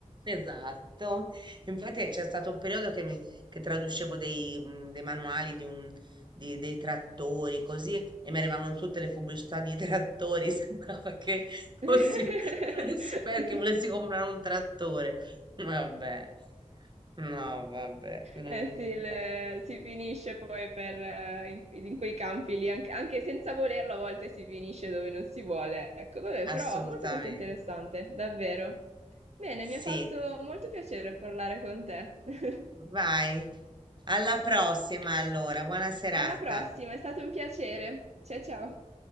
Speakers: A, on the right; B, on the right.
A: Esatto, infatti c'è stato un periodo che, mi- che traducevo dei, mm, dei manuali di un- di- dei trattori così e mi arrivavano tutte le pubblicità di trattori, <laughs> sembrava che fossi
B: <laughs>
A: un esperto, che volessi comprare un trattore. Vabbè, no, vabbè, veramente.
B: Eh sì, il- si finisce poi per, eh, in, in quei campi lì, anche, anche senza volerlo, a volte si finisce dove non si vuole. Ecco, vabbè,
A: Assolutamente.
B: però molto molto interessante, davvero. Bene,
A: Sì,
B: mi ha fatto molto piacere parlare con te. <laughs>
A: vai. Alla prossima allora, buona serata.
B: Alla prossima, è stato un piacere. Ciao ciao.